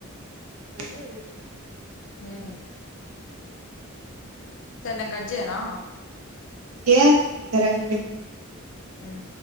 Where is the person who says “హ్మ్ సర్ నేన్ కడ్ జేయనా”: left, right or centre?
Left